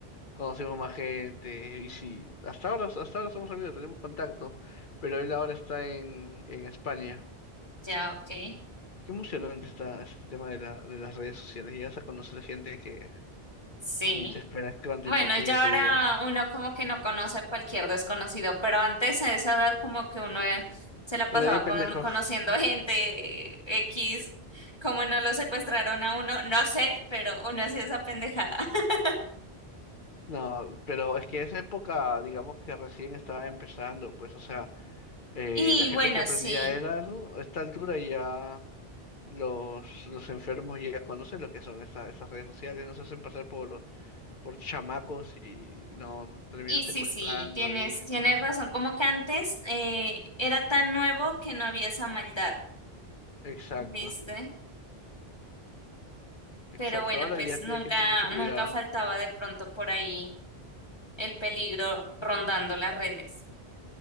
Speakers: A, on the left; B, on the left.
A: conocimos más gente, y sí, hasta ahora, hasta ahora somos amigos, tenemos contacto, pero él ahora está en, en España.
B: ya, ok.
A: Qué emocionante está este tema de la, de las redes sociales. Llegas a conocer gente que
B: Sí.
A: ni te esperas cuánto
B: Bueno,
A: impacto
B: ya
A: hay en tu
B: ahora
A: vida.
B: uno como que no conoce a cualquier desconocido, pero antes a esa edad como que uno eh, se la pasaba
A: Pero bien pendejo.
B: con- conociendo
A: <laughs>
B: gente eh, X, como no lo secuestraron a uno, no sé, pero uno hacía esa pendejada. <laughs>
A: No, pero es que esa época, digamos que recién estaba empezando, pues, o sea, eh,
B: Y
A: la gente
B: bueno,
A: que aprendía
B: sí.
A: era eso, a esta altura y ya los, los enfermos ya conocen lo que son esa- esas redes sociales, no se hacen pasar por, por chamacos y no terminan
B: Y
A: secuestrando
B: sí, sí, tienes,
A: y
B: tienes
A: no.
B: razón. Como que antes eh, era tan nuevo que no había esa maldad,
A: Exacto,
B: ¿viste?
A: exacto.
B: Pero bueno,
A: Ahora
B: pues
A: ya tienes
B: nunca,
A: que ir con mucho
B: nunca
A: cuidado.
B: faltaba de pronto por ahí el peligro rondando las redes.